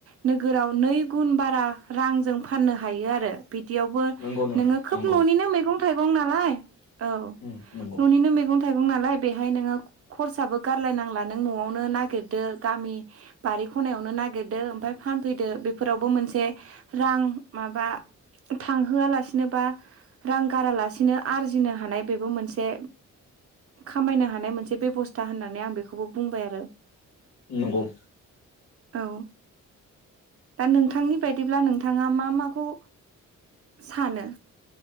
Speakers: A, on the right (about 50°); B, on the left (about 85°).
A: नोगोराव नै गुन बारा रांजों फाननो हायो आरो बिदियावबो
B: नंगौ नोंथां
A: नोङो खोब
B: नंगौ
A: न'निनो मैगं थाइगं नालाय औ
B: उम नंगौ
A: न'निनो मैगं थाइगं नालाय बेहाय नोङो खरसाबो गारलाय नांला नों न'आवनो नागिरदो गामि बारि खनायावनो नागिरदो ओमफ्राय फानफैदो बे फोरावबो मोनसे रां माबा थांहोआलासि नो बा रां गारालासिनो आरजिनो हानाय बेबो मोनसे खामायनो हानाय मोनसे बेब'स्था होननानै आं बेखौबो बुंबाय आरो
B: नंगौ
A: औ दा नोंथांनि बायदिब्ला नोंथाङा मा माखौ सानो